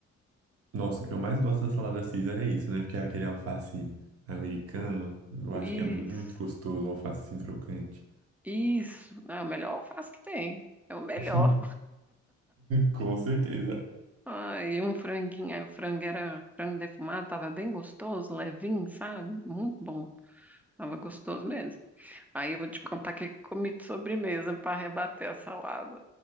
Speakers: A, on the right; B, in the centre.
A: Nossa, o que eu mais gosto da salada Caesar é isso, né? Porque é aquele alface americano. Eu
B: Isso,
A: acho que é muito gostoso o alface assim crocante.
B: isso. É o melhor alface que tem. É o melhor.
A: <laughs> Com certeza.
B: Ai, um franguinho. Aí o frango era frango defumado, tava bem gostoso, levinho, sabe? Muito bom. Tava gostoso mesmo. Aí eu vou te contar o que que eu comi de sobremesa para rebater a salada.